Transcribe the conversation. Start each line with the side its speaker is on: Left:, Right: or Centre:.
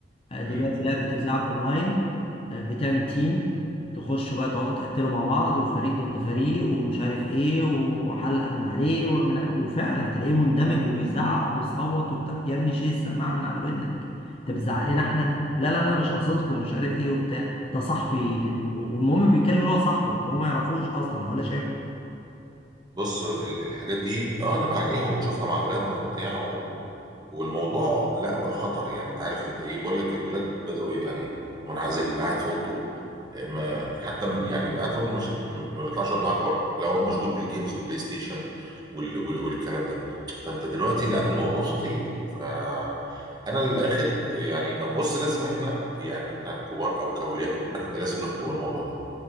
Left: دلوقتي
Right: مم.
Left: لا بتتلعب اونلاين آه، بتعمل تيم تخشوا بقى تقعدوا تقتلوا مع بعض وفريق ضد فريق ومش عارف ايه وحلق من عليه ومن ع- وفعلا تلاقيه مندمج وبيزعق وبيصوت وبتاع يا ابني شيل السماعه من على ودنك انت بتزعق لنا احنا لا لا لا مش قصدكم مش عارف ايه وبتاع ده صاحبي في ال... والمهم بيتكلم اللي هو صاحبه وهو ما يعرفوش اصلا ولا شايف
Right: بص ال- الحاجات دي اه انا بعانيها وبنشوفها مع اولادنا وبتاع و... والموضوع لا بقى خطر يعني انت عارف انت ايه بقول لك الولاد بدأوا يعني منعزل قاعد في اوضته ما حتى م- يعني يبقى قاعد في اوضته مش م- ما بيطلعش يقعد معاك بره لو هو مشغول بالجيمز والبلاي ستيشن وال... وال... والكلام ده فانت دلوقتي لا الموضوع خطير فانا للاخر يعني بص لازم احنا يعني احنا كبار او كاولياء امور احنا لازم نحكم الموضوع ده